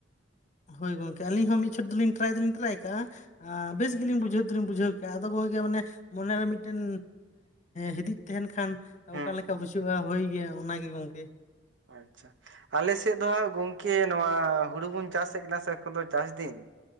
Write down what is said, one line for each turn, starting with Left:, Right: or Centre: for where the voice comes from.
Left: ᱦᱳᱭ ᱜᱚᱝᱠᱮ ᱟᱹᱞᱤᱧ ᱦᱚᱸ ᱢᱤᱫ ᱪᱷᱚᱴ ᱫᱚᱞᱤᱧ ᱴᱨᱟᱭ ᱫᱚᱞᱤᱧ ᱴᱨᱟᱭ ᱠᱟᱜᱼᱟ, ᱾ ᱵᱮᱥ ᱜᱮᱞᱤᱧ ᱵᱩᱡᱷᱟᱹᱣ ᱫᱚᱞᱤᱧ ᱵᱩᱡᱷᱟᱹᱣ ᱠᱮ-ᱟ ᱾ ᱟᱫᱚ ᱜᱚᱝᱠᱮ ᱢᱟᱱᱮ, ᱢᱚᱱᱮᱨᱮ ᱢᱤᱫᱴᱮᱱ ᱦᱤᱫᱤᱡ ᱛᱟᱦᱮᱱ ᱠᱷᱟᱱ
Right: ᱦᱩᱸ
Left: ᱚᱠᱟ ᱞᱮᱠᱟ ᱵᱩᱹᱪᱷᱩᱜᱼᱟ ᱦᱳ ᱜᱮᱭᱟ ᱚᱱᱟᱜᱮ ᱜᱚᱝᱠᱮ,
Right: ᱟᱪᱷᱟ ᱟᱞᱮᱥᱮᱫ ᱫᱚ ᱦᱟᱸᱜ ᱜᱚᱝᱠᱮ ᱱᱚᱣᱟ ᱦᱩᱲᱩ ᱵᱚᱱ ᱪᱟᱥᱮᱫ ᱠᱟᱱᱟ ᱥᱮ, ᱪᱟᱥ ᱰᱤᱱ